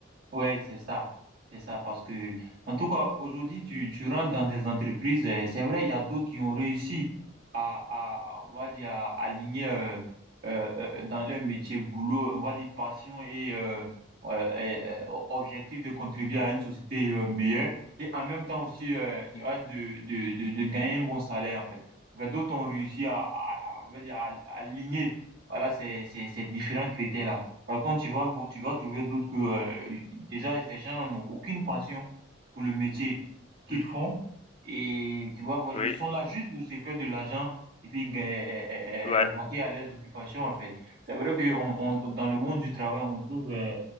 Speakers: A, on the right; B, on the left.
A: Ouais, c'est ça. C'est ça parce que, en tout cas, aujourd'hui, tu, tu rentres dans des entreprises. euh, c'est vrai, il y a d'autres qui ont réussi à, à, on va dire, à aligner euh, euh, euh, dans leur métier, boulot, on va dire, passion et, euh, euh, et, euh, objectif de contribuer à une société euh, meilleure. Et en même temps aussi, euh, tu
B: Mm,
A: vois, de, de, de, de gagner un bon salaire, en fait. Enfin, d'autres ont réussi à, à, à- on va dire, à aligner, voilà, ces, ces, ces différents critères-là. Par contre, tu vas, vo- tu vas trouver d'autres que, euh, déjà, ces gens-là n'ont aucune passion pour le métier qu'ils
B: mm.
A: font. Et tu vas voir,
B: Oui,
A: ils sont là juste pour se faire de l'argent et puis gagner,
B: ouais,
A: euh, euh, euh, vaquer à leurs occupations, en fait. C'est vrai que on, on- dans le monde du travail, on trouve euh,